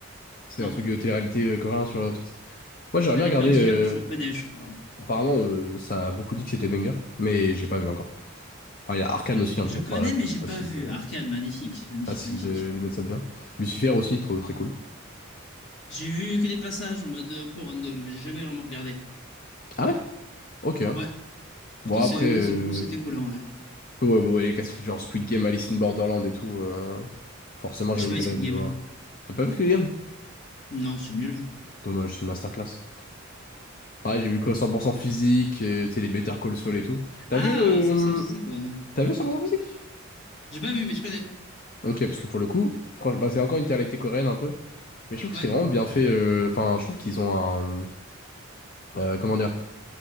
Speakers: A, on the left; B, on the left.
A: C'est
B: Non.
A: un truc de télé-réalité euh, coréen sur Netflix. Moi, j'aimerais
B: À
A: bien
B: l'épreuve
A: regarder.
B: du
A: euh,
B: diable, je connais, je crois.
A: Apparemment, euh, ça a beaucoup dit que c'était banger, mais j'ai pas vu encore. Enfin, il y a Arcane aussi, hein,
B: Je
A: bon,
B: connais,
A: fa- fa-
B: mais j'ai
A: facile
B: pas vu.
A: de,
B: Arcane, magnifique, magnifique,
A: facile
B: magnifique.
A: de, de mettre ça bien. Lucifer aussi, trop, très cool.
B: J'ai vu que des passages en mode un peu random, mais j'ai jamais vraiment regardé.
A: Ah ouais? Ok. hein.
B: Ouais.
A: Bon,
B: Pourtant, c'est,
A: après,
B: ouais,
A: euh,
B: c'est cool, c'était cool, en vrai.
A: ouais, bon, ouais, les classiques genre Squid Game, Alice in Borderland et tout, euh, forcément,
B: J'ai
A: j'imagine
B: pas vu
A: que
B: Squid
A: t'as dû
B: Game.
A: voir. T'as pas vu Squid Game?
B: Non, c'est nul.
A: Dommage, c'est une masterclass. Pareil, j'ai vu quoi 100% physique, et, tu sais, les Better Call Saul et tout. T'as
B: Ah,
A: vu, euh,
B: ça, c'est un physique, ouais.
A: t'as vu 100% physique?
B: J'ai pas vu, mais je connais.
A: Ok, parce que pour le coup, franchement, bah, c'est encore une réalité coréenne un peu. Mais je trouve
B: Ouais,
A: que c'est vraiment bien fait. euh, Enfin, je trouve qu'ils ont un. euh, comment dire?